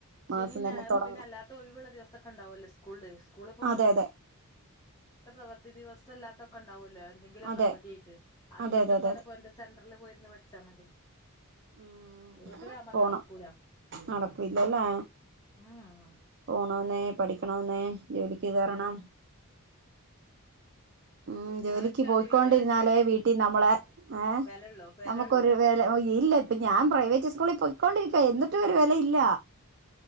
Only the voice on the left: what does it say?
ശനിയും
ഞായറും
പിന്നെ അല്ലാത്ത ഒഴിവ് ഉള്ള ദിവസം ഒക്കെ ഉണ്ടാവല്ലോ സ്കൂള്ല് സ്കൂൾ ഇപ്പൊ
പ്രവർത്തി ദിവസം അല്ലാത്തക്കൊ ഉണ്ടാവല്ലോ എന്തെങ്കിലും ഒക്കെ
അവധി ആയിട്ട് ആ
ദിവസം
ഒക്കെ
അവിടെ
പോയി സെന്ററിൽ പോയി ഇരിന്നു പഠിച്ചാൽ മതി
വീട്ടിലാകുമ്പോ
നടക്കൂല
ആ ആ
ഞാനൊക്കെ
അത് വിചാരിച്ച്
വെലള്ളൂ വെലള്ളൂ